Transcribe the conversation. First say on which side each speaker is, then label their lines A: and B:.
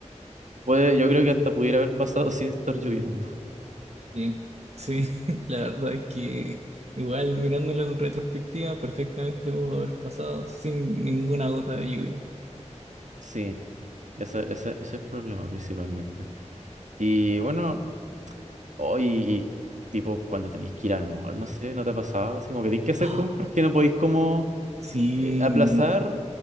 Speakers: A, on the right; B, on the right.
A: Puede, yo creo que hasta pudiera haber pasado <laughs> sin estar lloviendo.
B: Sí, sí, <laughs> la verdad es que igual mirándolo en retrospectiva, perfectamente pudo haber pasado sin ninguna gota de lluvia.
A: Sí, ese, ese, ese es el problema principalmente. Y bueno, hoy, y tipo, cuando tenéis que ir al mall, no sé, ¿no te ha pasado? Así como que tenéis que hacer
B: Ah,
A: compras que no podéis como
B: sí,
A: eh, aplazar.
B: no-